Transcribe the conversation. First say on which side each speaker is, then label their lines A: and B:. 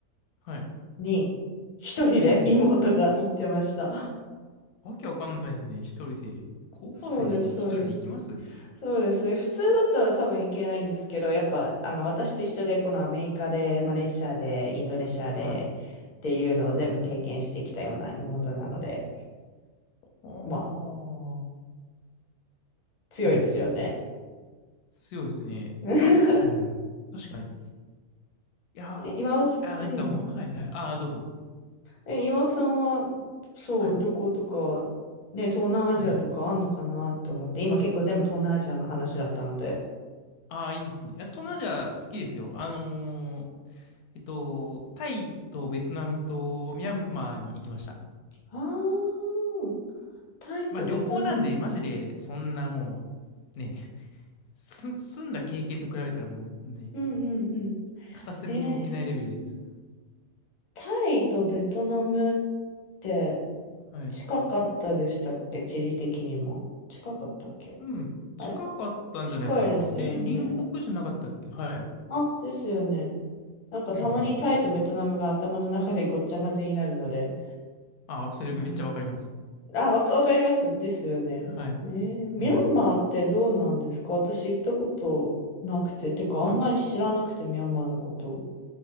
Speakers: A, on the left (about 85°); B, on the left (about 45°).
A: はい。
B: に一人で妹が行ってました。
A: うんうん。わけわかんないですね。一人で。高校生でい一人で行きます
B: そうです、そうです。そうです。普通だったら多分行けないんですけど、やっぱ、あの、私と一緒で、このアメリカで、マレーシアで、インドネシアで、
A: はい。
B: っていうのを全部経験してきたような妹なので、
A: はい。お
B: まあ、
A: ー。
B: 強いですよね。
A: うん。強いですね。
B: <laughs>
A: まあ、うん。確かに。いやー、
B: え岩尾さん、
A: いやーなんかもう、
B: うん。
A: はいはい。ああどうぞ。
B: え、岩尾さんは、そう、
A: はい。
B: 旅行とか、ね、東南アジアとかあんのかなと思って、
A: はいはい。
B: 今結構全部東南アジアの話だったので。
A: ああ、いいですね。いや、東南アジア好きですよ。あのーえっと、タイとベトナムとミャンマーに行きました。
B: ああ、タイとベトナムと。
A: まあ旅行なんで、マジで、
B: うん
A: そんなもう、ね、す、住んだ経験と比べたらもうね、
B: うんうん。
A: 片隅にも置けないレベルです。
B: へえ、タイとベトナムって
A: はい。
B: 近かったでしたっけ地理的にも。近かったっけ
A: うん。
B: あれ
A: 近かったんじゃないかな。
B: 近いですよね。
A: で、隣国じゃなかったっけはい。
B: あ、ですよね。なんかたまにタイとベトナムが頭の中でごっちゃ混ぜになるので。
A: うんうん。ああ、それめっちゃわかります。
B: うんあ、わか、わかります。ですよね。
A: はい。
B: えーミャンマーってどうなんですか私行ったことなくて、
A: うん。
B: てかあんまり知らなくて、
A: は
B: ミャンマーのこと。